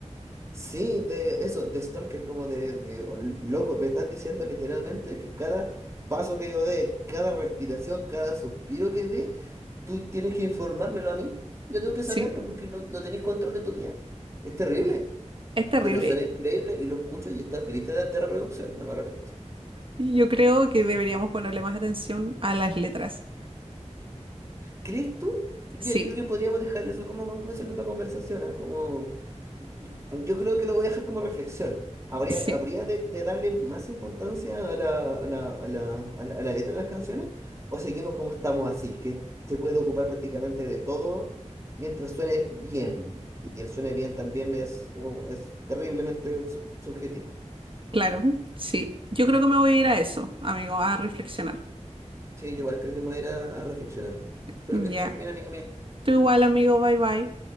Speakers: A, on the right; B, on the right.
A: Sí, de eso, de Stalker, como de, de o- loco, me estás diciendo literalmente que cada paso que yo dé, cada respiración, cada suspiro que dé, tú tienes que informármelo a mí. Yo tengo que saberlo
B: Sí,
A: porque no, no tenés control de tu vida. Es terrible,
B: es terrible.
A: pero suena increíble y lo escucho y está en mi lista de, de reproducción, no me arrepiento.
B: Yo creo que deberíamos ponerle más atención a las letras.
A: ¿Crees tú? Ya,
B: Sí,
A: yo creo que podríamos dejar eso como conclusión de tu conversación, ah, Como, mm, yo creo que lo voy a dejar como reflexión. Habría,
B: sí,
A: habría de, de darle más importancia a la, a la, a la, a la- a la letra de las canciones o seguimos como estamos así, que se puede ocupar prácticamente de todo mientras suene bien. Y el suene bien también es, oh, es terriblemente sub- subjetivo.
B: claro, sí. Yo creo que me voy a ir a eso, amigo, a reflexionar.
A: Sí, yo igual creo que me voy a ir a, a reflexionar. Espero
B: Ya.
A: que te súper bien, amiga mía.
B: Tú igual, amigo, bye bye.